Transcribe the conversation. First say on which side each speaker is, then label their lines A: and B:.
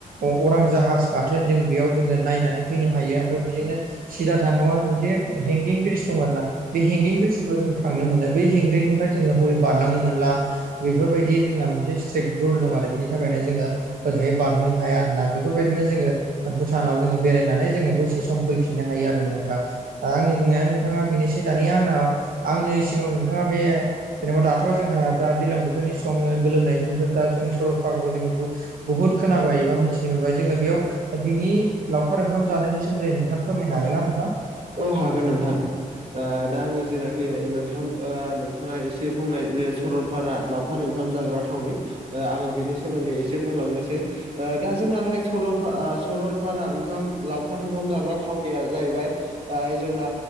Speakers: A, on the right; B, on the right.
A: अरां जाहाज गाथोन जों बेयाव जोङो नायनानै फैनो हायो ओमफ्राय बेजोंनो सिदा थाङोबा मोनसे हेंगिं ब्रिज दं आरो ना बे हेंगिं ब्रिजजों जों थांनो मोनो बै हेंगिंनिफ्राय जोङो हरै बारलांनो मोनला बेफोरबायदि जोंना मोनसे स्ट्रिक रुल दं आरो बिनि थाखायनो जोङो ओरैहाय बारनो हाया आरोना बेफोरबायदिनो जोङो भुटानाव जोङो बेरायनानै जोङो दसे सम फैफिननो हायो आरो नोंथां आंनि बुंनाया नोंथाङा बेनोसै दानिया आंनाव आंनि सिगां बे जेनेबा दाथ जोंहा दा दैलां बोथोरनि समनो गोलोमनायनि दा जों सरलपाराखौ जोङो बहुत खोनाबाय एबा मिथिनो मोनबाय जोङो बेयाव दा बिनि लावखार ओंखाम जानायनि सोमोन्दै नोंथां फोरमायनो हागोन ना नोंथां?
B: औ हागोन नोंथां। ओदा आङो जेनाखि नोंथां ओ नोंथाङा एसे बुंनाय जे सरल फारा लावखार ओंखाम जाग्रा थावनि आङो बेनि सोमोन्दै एसे बुंलांनोसै। ओ दा जोंनाहाय स-सरलपारा ओंखाम लावखार ओंखाम जाग्रा थाव निया जाहैबाय ओ जोंना